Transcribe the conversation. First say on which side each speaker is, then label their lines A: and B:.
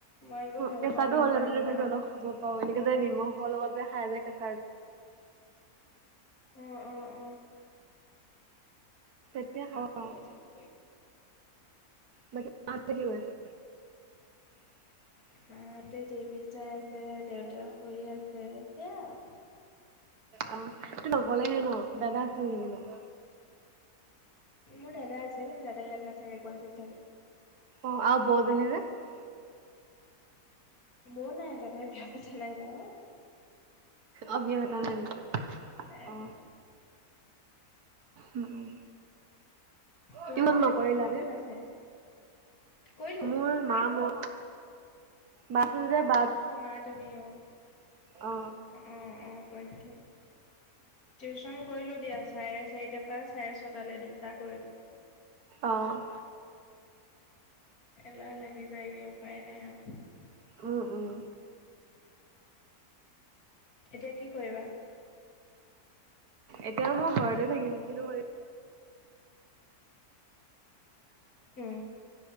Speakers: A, on the left (about 75°); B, on the right (about 80°).
A: মই আকৌ ভাল
B: কেঁচাতো
A: পাওঁ মিঠাটো
B: হ'লে মানে
A: খাই।
B: চাগে অলপ খাব এনেকে যে নিমখৰ লগত যে খায় যে কেঁচা-
A: অ অ অ
B: তেতিয়া
A: ঠিকে
B: খাব পাও‌
A: ঠিকে।
B: বাকী আঠ বাজি গৈ আছে। <inaudible>
A: মাহঁতে টিভি চাই আছে দেউতাৰ শুই আছে সেয়া আৰু,
B: অ ত নকলেহে ন দাদা আছিল নেকি ন? <unintelligible>
A: মোৰ দাদা আছে কিন্তু দাদাই ইয়াত নাথাকে গুৱাহাটীত থাকে।
B: অ আৰু বৌ জনী যে, <unintelligible>
A: বৌ নাই দাদাই বিয়া পতা নাই নহয়।
B: অব্যাহতা নাই <unintelligible>
A: নাই
B: অ
A: প <unintelligible>
B: উম উম
A: তোমালোকৰ
B: কিমান নকৰিলা
A: ঘৰত কোন
B: যে
A: কোন আছে? কৰিলো
B: মোৰ মা বৌ বাচ <unintelligible>
A: অ মা তুমি অ,
B: অ
A: অ, অ, কৈছিলে <unintelligible> টিউশন কৰিলো দিয়া চাৰে চাৰিটাৰ পৰা চাৰে ছটালৈ দুটা কৰিলো।
B: অ'।
A: এলাহ লাগি যায়গে উপায় নাই আৰু
B: উম উম
A: এতিয়া কি কৰিবা?
B: এতিয়া মই ঘৰতে থাকিম কিন্তু ম
A: উম